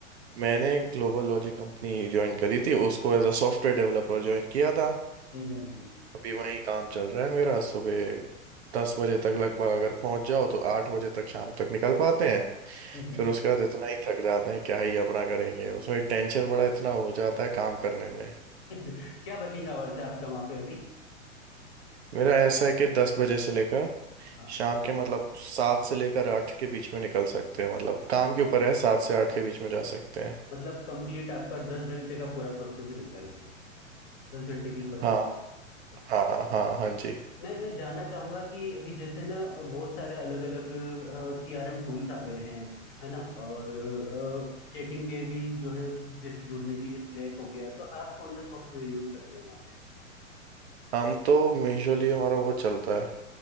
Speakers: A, on the right; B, on the left.
A: मैंने ग्लोबल लॉजिक कंपनी ज्वाइन करी थी उसको as a software developer join किया था
B: हम्म हम्म
A: अभी वही काम चल रहा है मेरा सुबह दस बजे तक लगभग अगर पहुंच जाओ तो आठ बजे तक शाम तक निकल पाते हैं
B: हम्म, हम्म।
A: फिर उसके बाद इतना ही थक जाते हैं क्या ही अपना करेंगे उसमें टेंशन बड़ा इतना हो जाता है काम करने में
B: <laughs> क्या वर्किंग आवर्स है आपका वहाँ पे अभी
A: मेरा ऐसा है कि दस बजे से लेकर
B: हाँ हाँ।
A: शाम के मतलब सात से लेकर आठ के बीच में निकल सकते हैं मतलब काम के ऊपर है सात से आठ के बीच में जा सकते हैं
B: मतलब कंप्लीट आपका दस घंटे का पूरा प्रोसेस रहता है ये दस घंटे की वर्किंग
A: हाँ
B: है आपकी अच्छा
A: हाँ हाँ हाँ हाँ, जी
B: मैं मैं जानना चाहूंगा कि अभी जैसे ना बहुत सारे अलग अलग सी आर एम टूल्स आ गए हैं है ना और चैटिंग के भी जो है जैसे जुड़ने के लिए स्लैक हो गया तो आप कौन सा सॉफ्टवेयर यूज करते हैं वहाँ
A: हम तो मेजरली हमारा वो चलता है